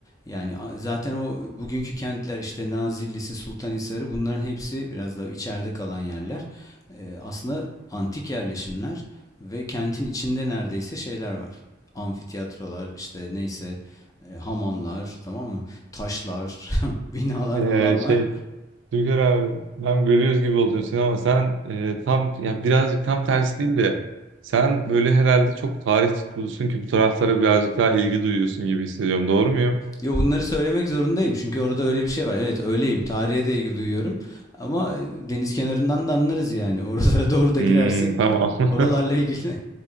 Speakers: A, on the left; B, on the right.
A: Yani a- zaten o bugünkü kentler işte Nazilli'si, Sultanhisar'ı bunların hepsi biraz da içeride kalan yerler. E, aslında antik yerleşimler ve kentin içinde neredeyse şeyler var. Amfiteyatrolar işte neyse e, hamamlar tamam mı? Taşlar, <laughs> binalar
B: Ee,
A: falan var.
B: şey Türker abi ben bölüyoruz gibi oldun sen ama sen e, tam ya birazcık tam tersi değil de sen böyle herhalde çok tarih tutkulusun ki bu taraflara birazcık daha ilgi duyuyorsun gibi hissediyorum. Doğru muyum?
A: Yo bunları söylemek zorundayım çünkü orada öyle bir şey var. Evet öyleyim. Tarihe de ilgi duyuyorum. Ama e, deniz kenarından da anlarız yani. <laughs> Oralara doğru da
B: Hmm,
A: girersek
B: tamam. <laughs>
A: oralarla ilgili.